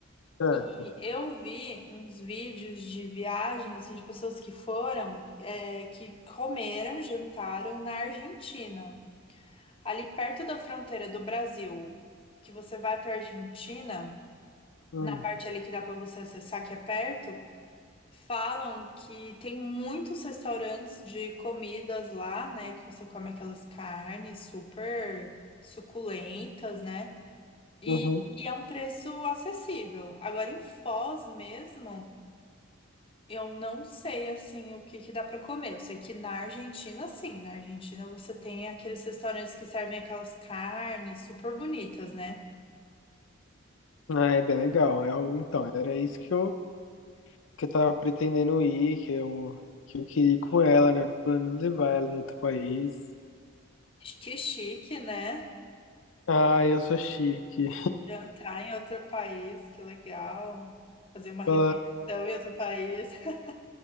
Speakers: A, on the left; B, on the left.
A: Certo.
B: E eu vi uns vídeos de viagens, assim, de pessoas que foram, é, que comeram, jantaram na Argentina. Ali perto da fronteira do Brasil, que você vai para Argentina,
A: Hum,
B: na parte ali que dá para você acessar, que é perto, falam que tem muitos restaurantes de comidas lá, né? Que você come aquelas carnes super suculentas, né? E,
A: Uhum.
B: e é um preço acessível. Agora, em Foz mesmo. Eu não sei assim o que que dá pra comer. Eu sei que na Argentina, sim, na Argentina você tem aqueles restaurantes que servem aquelas carnes super bonitas, né?
A: Ah, é bem legal. É o então, era isso que eu, que eu tava pretendendo ir, que eu, que eu queria ir com ela, né? Plano levar ela em outro país.
B: Que chique, né?
A: Ah, eu sou chique.
B: Jantar em outro país, que legal. Fazer uma refeição
A: Ela,
B: em outro país. <laughs>